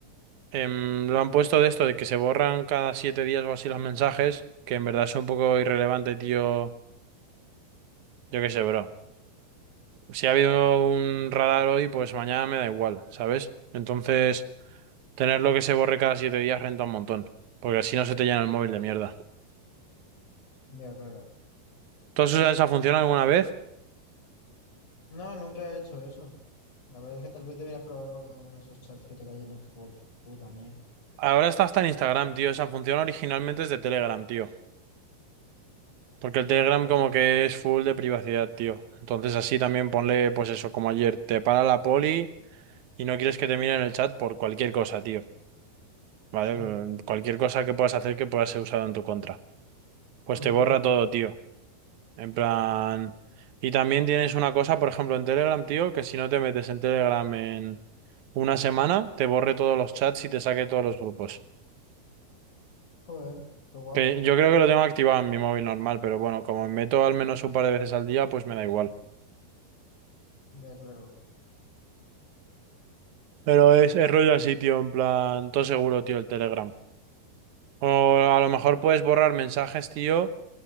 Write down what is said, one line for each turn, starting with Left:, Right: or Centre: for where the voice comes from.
Right: em, lo han puesto de esto, de que se borran cada siete días o así los mensajes, que en verdad son un poco irrelevante, tío. Yo qué sé, bro. Si ha habido un radar hoy, pues mañana me da igual, ¿sabes? Entonces, tenerlo que se borre cada siete días renta un montón, porque así no se te llena el móvil de mierda.
Left: ya, claro.
Right: ¿Tú has usado esa función alguna vez?
Left: No, nunca he hecho eso. La verdad es que tal vez debería probarlo con alguno de esos chats que te cayeron de puta mierda.
Right: Ahora está hasta en Instagram, tío. Esa función originalmente es de Telegram, tío. Porque el
Left: Ah,
Right: Telegram
Left: joder.
Right: como que es full de privacidad, tío. Entonces así también ponle, pues eso, como ayer, te para la poli y no quieres que te miren el chat por cualquier cosa, tío. ¿Vale?
Left: Sí.
Right: Cualquier cosa que puedas hacer que pueda ser usado en tu contra.
Left: Ujú.
Right: Pues te borra todo, tío. En plan... Y también tienes una cosa, por ejemplo, en Telegram, tío, que si no te metes en Telegram en una semana, te borre todos los chats y te saque todos los grupos.
Left: Joder, qué guapo.
Right: Que yo creo que lo tengo activado en mi móvil normal, pero bueno, como me meto al menos un par de veces al día, pues me da igual.
Left: Ya, claro.
Right: Pero es, es rollo así, tío, en plan, todo seguro, tío, el Telegram. O a lo mejor puedes borrar mensajes, tío,